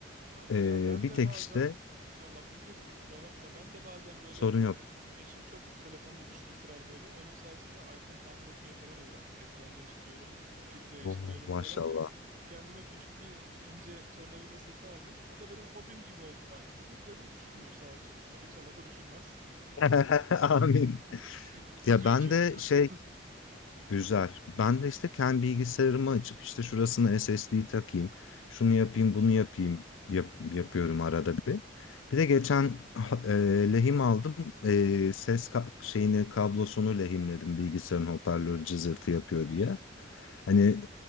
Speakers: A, on the right; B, on the left.
A: Ha, güzel.
B: Ee,
A: Ben
B: bir
A: de
B: tek
A: bazen
B: işte
A: ha, lafını kestim kusura bakma. Ben de bazen böyle
B: sorun
A: e,
B: yok.
A: eşim çok telefonunu düşürür kırar böyle. Onun sayesinde iPhone tamir etmeyi falan öğrendim. Ekran değiştiriyorum, pil değiştiriyorum
B: Oo, maşallah.
A: falan. Kendime küçük bir ince tornavida seti aldım. O da benim hobim gibi oldu da uzun süredir düşürmüyor sağ olsun. Ba- İnşallah da düşürmez.
B: <laughs> Amin.
A: <laughs> Üzüyor
B: Ya ben
A: çünkü
B: de
A: biraz.
B: şey
A: <laughs>
B: Üzer. Ben de işte kendi bilgisayarımı açıp işte şurasına SSD takayım, şunu yapayım, bunu yapayım yap- yapıyorum arada bir. Bir de geçen ha- e, lehim aldım. E, ses ka- şeyini kablosunu lehimledim bilgisayarın hoparlörü cızırtı yapıyor diye. Hani